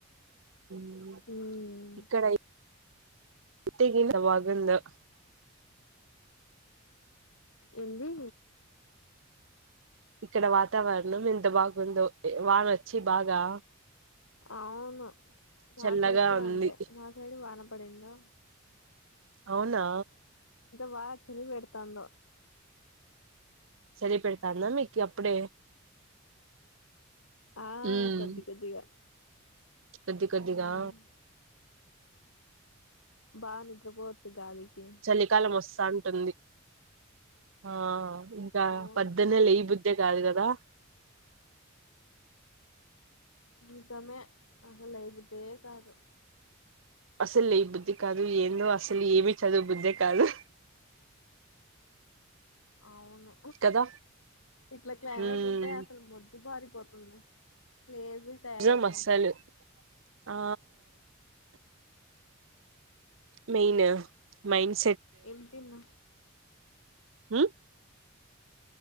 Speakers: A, on the right; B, on the left.
A: మ్మ్
B: ఉమ్.
A: ఇక్కడ యై ఇత్తెగినా బాగున్నా
B: ఏంది
A: ఇక్కడ వాతావరణం ఎంత బాగుందో వానొచ్చి బాగా
B: అవును మా
A: చల్లగా
B: సైడ్ కూడా
A: ఉంది
B: అంతే మా సైడ్ వాన పడిందా
A: అవునా
B: వా చలి పెడతాండ
A: చలి పెడతాంద మీకు అప్పుడే
B: ఆ
A: మ్మ్
B: కొద్ది కొద్దిగా
A: కొద్ది కొద్దిగా
B: ఉమ్, బాగా నిద్రపోవచ్చు గాలికి
A: చలికాలం వస్తాంటుంది ఆ ఇంకా
B: అవును
A: పద్దున్నే లేయబుద్ద్ కాదు కదా
B: నిజమే అహ లేయబుద్దే కాదు.
A: అసలు లేయా బుద్ధి కాదు ఏందో అసలు ఏమి చదువు బుద్ధి కాదు.
B: అవును
A: కదా
B: ఇట్లా క్లైమేట్
A: ఉమ్
B: ఉంటే అసలు మె మొద్దు బారిపోతుంది లేజిగా తయారవుతాం
A: నిజం అస్సలు ఆ మెయినా మైన్.
B: వెలుతున్నా
A: ఉమ్